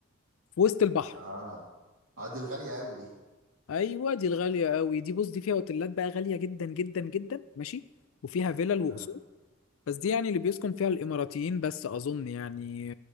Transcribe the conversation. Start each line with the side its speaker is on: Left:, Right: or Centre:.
Left: في وسط البحر
Right: اه اه دي الغاليه قوي دي
Left: ايوه دي الغاليه قوي دي بص دي فيها اوتيلات بقى غاليه جدا جدا جدا ماشي وفيها فيلل وقصور
Right: آه.
Left: بس دي يعني اللي بيسكن فيها الإماراتيين بس أظن يعني